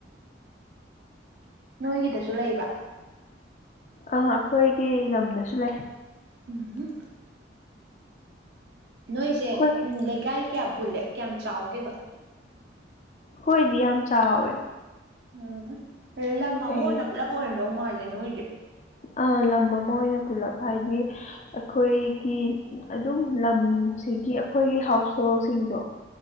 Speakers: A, on the right; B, on the left.
A: ꯅꯣꯏꯒꯤꯗꯁꯨ ꯂꯩꯕ꯭ꯔꯥ
B: ꯑ ꯑꯩꯈꯣꯏꯒꯤ ꯂꯝꯗꯁꯨ ꯂꯩ
A: ꯎꯝ ꯅꯣꯏꯁꯦ
B: ꯑꯩꯈꯣꯏ
A: ꯎ ꯂꯩꯀꯥꯏ ꯀꯌꯥꯝ ꯄꯨꯜꯂꯦ ꯀꯌꯥꯝ ꯆꯥꯎꯒꯦꯕ
B: ꯍꯣꯏꯗꯤ ꯌꯥꯝ ꯆꯥꯎꯋꯦ
A: ꯎꯝ ꯑꯦꯂ ꯃꯃ
B: ꯀꯩ
A: ꯑꯣꯟꯅ ꯄꯨꯂꯕꯔꯗꯣꯃ ꯂꯩꯦ ꯅꯣꯣꯏꯦ
B: ꯑꯥ ꯂꯝ ꯑꯃ ꯑꯣꯏꯅ ꯄꯨꯂꯞ ꯍꯥꯏꯗꯤ ꯑꯩꯈꯣꯏꯒꯤ ꯑꯗꯨꯝ ꯂꯝꯁꯤꯒꯤ ꯑꯈꯣꯏꯒꯤ ꯍꯥꯎꯁ ꯍꯣꯜꯁꯤꯡꯗꯣ